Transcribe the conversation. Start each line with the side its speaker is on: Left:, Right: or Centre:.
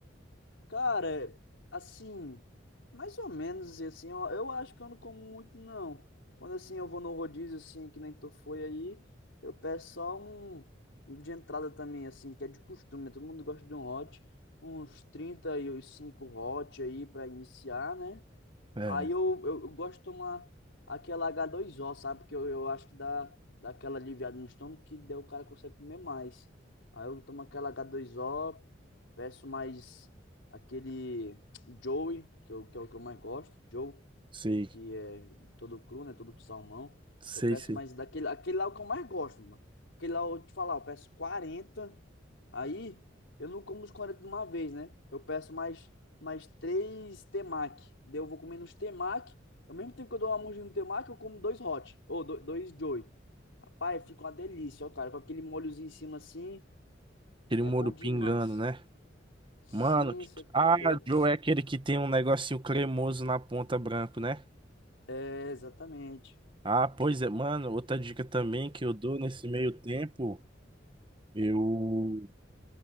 Left: Cara, assim, mais ou menos assim, eu, eu acho que eu não como muito, não. Quando assim eu vou no rodízio, assim, que nem tu foi aí, eu peço só um, um de entrada também, assim, que é de costume, todo mundo gosta de um hot, uns trinta e os cinco hot aí pra iniciar, né?
Right: É,
Left: Aí eu, eu, eu gosto de tomar aquela h dois o sabe? Porque eu, eu acho que dá, dá aquela aliviada no estômago que daí o cara consegue comer mais. Aí eu tomo aquela h dois o peço mais aquele Joey, que, eu, que é o que eu mais gosto, Joe,
Right: sei,
Left: que é todo cru, né? Todo com salmão.
Right: sei,
Left: Eu peço
Right: sei.
Left: mais daquele, aquele lá é o que eu mais gosto, mano. Aquele lá, eu te falar, eu peço quarenta aí eu não como os 40 de uma vez, né? Eu peço mais, mais três temaki. Daí eu vou comendo uns temaki, ao mesmo tempo que eu dou uma mordida no temaki, eu como dois hot, ou do- dois joy. Rapaz, fica uma delícia, ó, cara. Com aquele molhozinho em cima assim,
Right: Aquele
Left: é
Right: molho
Left: bom demais.
Right: pingando, né?
Left: Sim,
Right: Mano, que-
Left: você tá
Right: ah,
Left: doido.
Right: Joe é aquele que tem um negocinho cremoso na ponta branco, né?
Left: É, exatamente.
Right: Ah, pois é, mano, outra dica também que eu dou nesse meio tempo, eu